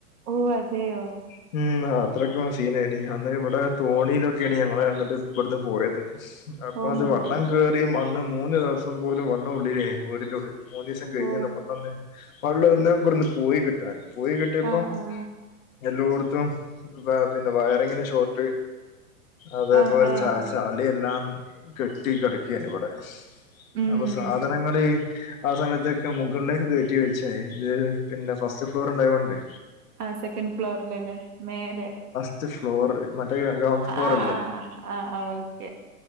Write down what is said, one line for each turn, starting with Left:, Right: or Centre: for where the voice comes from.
Right: ഓ അതെയോ
Left: <unintelligible> ഉം അത്രയ്ക്കും സീനേനി അന്ന് ഇവിടെ തോണിയിലൊക്കേനി ഞങ്ങള് എന്നിട്ട് ഇവിടുന്ന് പോയത്. അപ്പൊ
Right: ഓ
Left: അത്
Right: മൈ
Left: വെള്ളം
Right: ഗോഡ്
Left: കേറിമന്ന് മൂന്ന് ദിവസം പോലും വെള്ളം ഉള്ളില്ലേനി വീടിന്റെ ഉള്ളിൽ മൂന്നീസം കയിഞ്ഞിണ്
Right: ഓ
Left: വെള്ളൊന്ന് വെള്ളം ഒന്ന് ഇവിടെന്ന് പോയി കിട്ടാൻ പോയി കിട്ടിയപ്പം
Right: ആഹ് ആഹ്
Left: എല്ലോട്ത്തും പിന്നെ വയറിങ്ങിന്റെ ഷോർട്ട് അതേപ്പോലെ
Right: ആഹ് ആഹ്
Left: ച ചളിയെല്ലാം കെട്ടികെടക്കേനി ഇവടെ.
Right: ഉം
Left: അപ്പൊ സാധനങ്ങള് ആ സമയത്തൊക്കെ മുകളിലേക്ക് കേ റ്റി വച്ചയിന് ഇത് പിന്നെ ഫസ്റ്റ് ഫ്ലോർ ഉണ്ടായോണ്ടേ
Right: ആ സെക്കൻഡ് ഫ്ലോറില്ല്ലേ മേലേ
Left: സ്റ്റ് ഫ്ലോറില്‌ മറ്റേ ഗ്രൗണ്ട് ഫ്ലോർ
Right: ആഹ്
Left: അല്ലേ?
Right: ആഹ് ആഹ് ആഹ് ഓക്കെ